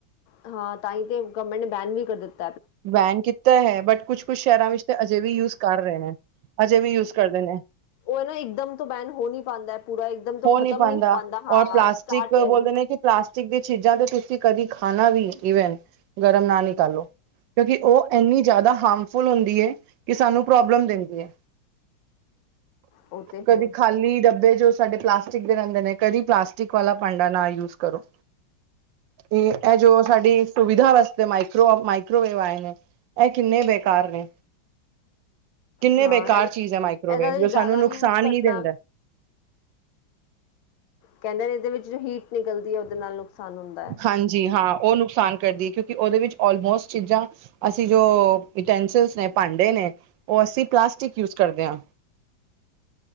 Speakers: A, on the left (about 85°); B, on the right (about 75°).
A: ਹਾਂ, ਤਾਂ ਈ ਤੇ ਗਵਰਮੈਂਟ ਨੇ ਬੈਨ ਵੀ ਕਰ ਦਿੱਤ
B: ਬੈਨ ਕੀਤਾ ਹੋਇਆ ਐ ਬਟ ਕੁਛ-ਕੁਛ ਸ਼ਹਿਰਾਂ ਵਿੱਚ ਤੇ ਅਜੇ ਵੀ ਯੂਜ ਕਰ ਰੇ ਨੇ। ਅਜੇ ਵੀ ਯੂਜ ਕਰਦੇ ਨੇ।
A: ਓ ਨਾ ਇਕਦਮ ਤੋਂ ਬੰਦ ਹੋ ਨੀ ਪਾਂਦਾ ਪੂਰਾ ਇਕਦਮ ਤੋਂ ਖਤਮ
B: ਨਹੀਂ ਪਾਉਂਦਾ
A: ਨੀ ਹੋ ਪਾਂਦਾ ਹਾਂ
B: ਔਰ ਪਲਾਸਟਿਕ
A: ਸਟਾਰਟਿਗ
B: ਬੋਲਦੇ ਨੇ ਕਿ ਪਲਾਸਟਿਕ ਦੀ ਚੀਜ਼ਾਂ ਤੇ ਤੁਸੀਂ ਕਦੀ ਖਾਨਾ ਵੀ ਈਵਨ ਗਰਮ ਨਾ ਨਿਕਲੋ। ਕਿਉਂਕਿ ਓ ਏਨੀਂ ਜਾਦਾ ਹਾਰਮਫੁੱਲ ਹੁੰਦੀ ਏ ਕਿ ਸਾਨੂੰ ਪ੍ਰੋਬਲਮ ਦਿੰਦੀ ਏ।
A: ਉਹ ਤੇ
B: ਕਦੀ
A: ਹੈ
B: ਖਾਲੀ ਡੱਬੇ ਜੋ ਸਾਡੇ ਪਲਾਸਟਿਕ ਦੇ ਰਹਿੰਦੇ ਨੇ, ਕਦੀ ਪਲਾਸਟਿਕ ਵਾਲਾ ਭਾਂਡਾ ਨਾ ਯੂਜ ਕਰੋ। ਤੇ ਐ ਜੋ ਸਾਡੀ ਸੁਵਿਧਾ ਵਾਸਤੇ ਮਾਈਕਰੋ ਮਾਇਕ ਵੇ ਆਏ ਨੇ ਐ ਕਿੰਨੇ ਬੇਕਾਰ ਨੇ। ਕਿੰਨੇ
A: ਹਾਂ
B: ਬੇਕਾਰ
A: ਇਹ ਵੀ
B: ਚੀਜ਼ ਐ ਮਾਈਕ੍ਰੋਵੇਵ
A: ਇਹਦਾ ਵੀ
B: ਜੋ
A: ਜ਼ਿਆਦਾ
B: ਸਾਨੂੰ ਨੁਕਸਾਨ
A: ਯੂਜ ਕਰਨਾ
B: ਈ ਦੇਂਦਾ ਐ।
A: ਕਹਿੰਦੇ ਨੇ ਇਹਦੇ ਵਿੱਚ ਹੀਟ ਨਿਕਲਦੀ ਹੈ ਉਹਦੇ ਨਾਲ ਨੁਕਸਾਨ ਹੁੰਦਾ ਹੈ
B: ਹਾਂਜੀ ਹਾਂ ਓ ਨੁਕਸਾਨ ਕਰਦੀ ਕਿਉਂਕਿ ਉਹਦੇ ਵਿੱਚ ਆਲਮੋਸਟ ਚੀਜ਼ਾਂ ਅਸੀਂ ਜੋ ਯੂਟੈਨੰਸਿਲਸ ਨੇ ਭਾਂਡੇ ਨੇ ਉਹ ਅਸੀਂ ਪਲਾਸਟਿਕ ਯੂਜ ਕਰਦੇ ਹਾਂ।